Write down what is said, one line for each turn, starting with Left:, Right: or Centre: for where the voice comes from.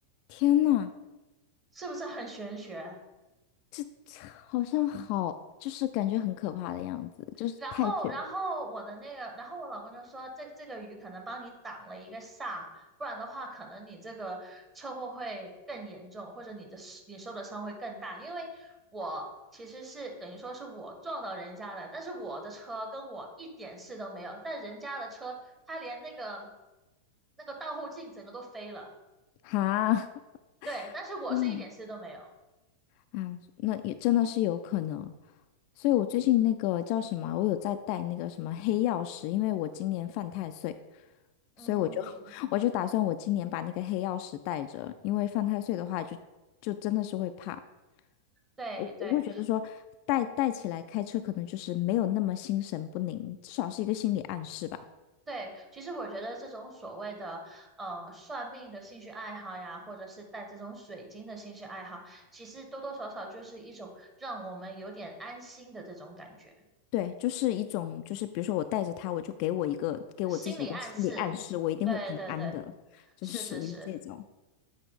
Left: 天呐！
Right: 是不是很玄学？
Left: 这好像好，就是感觉很可怕的样子，就是太卷
Right: 然后，然后我的那个，然后我老公就说，这这个鱼可能帮你挡了一个煞，不然的话，可能你这个车祸会更严重，或者你的你受的伤会更大。因为我其实是等于说是我撞到人家的，但是我的车跟我一点事都没有，但人家的车，他连那个那个倒后镜整个都飞了，
Left: 哈，<laughs>
Right: 对，但是我是一点事都没有。
Left: 天呐，啊，那也真的是有可能。所以我最近那个叫什么啊，我有在带那个什么黑曜石，因为我今年犯太岁，
Right: 嗯，
Left: 所以我就 <laughs> 我就打算我今年把那个黑曜石带着，因为犯太岁的话就就真的是会怕，
Right: 对对。
Left: 我我会觉得说带带起来开车可能就是没有那么心神不宁，至少是一个心理暗示吧。
Right: 对，其实我觉得这种所谓的呃算命的兴趣爱好呀，或者是带这种水晶的兴趣爱好，其实多多少少就是一种让我们有点安心的这种感觉，
Left: 对，就是一种，就是比如说我带着他，我就给我一个给我自己一个心理暗示，
Right: 心理暗示。
Left: 我一定会平安的，
Right: 对对对，
Left: 就是属于这种。
Right: 是是是，